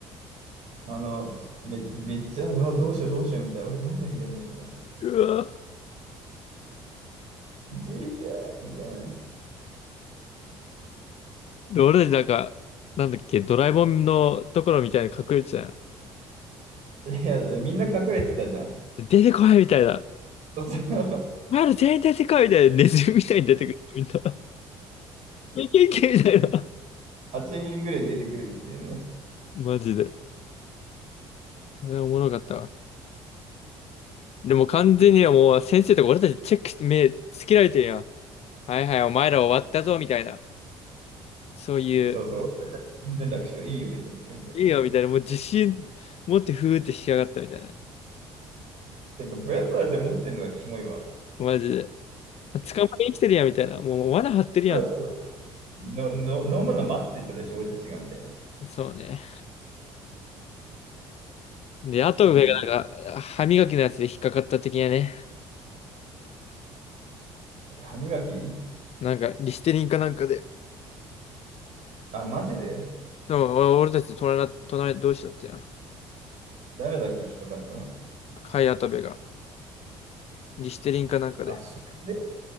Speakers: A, on the right; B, on the left.
A: あの、め、めっちゃ、あ、どうしよう、どうしよう、みたいな。俺飲んでんだよね、みたいな。
B: うわ。
A: G ヒョクみたいなね。
B: で、俺たちなんか、なんだっけ、ドラえもんのところみたいに隠れてたよ。
A: いや、みんな隠れてたじゃん。
B: 出てこいみたいな。
A: <laughs> そう
B: お前ら全員出てこいみたいな。ネズミみたいに出てくる。みんな。いけいけみたいな。
A: 8人ぐらい出てくるっていうね。
B: マジで。あれおもろかったわ。でも完全にはもう先生とか俺たちチェックして目つけられてるやん。はいはい、お前ら終わったぞみたいな。そういう、
A: そうそう。全然楽勝いいよ、別にって感じだけど。
B: いいよみたいな、もう自信持ってふーって引き上がったみたいな。
A: てか、ブレスラーで持ってんのがキモいわ。
B: マジで。捕まえに来てるやんみたいな。もう罠張ってるやん。
A: そうの、の、飲むの待ってたでしょ、俺たちが、みたいな。
B: そうね。で、あと上がなんか、
A: ね
B: 歯磨きのやつで引っかかった的なね。
A: え歯磨き
B: なんか、リステリンかなんかで。
A: あ、マジで
B: でも、お俺たち隣、隣同士だったやん。
A: 誰だっけ引っかかったの
B: 貝跡部が。リステリンかなんかで。
A: あ、それで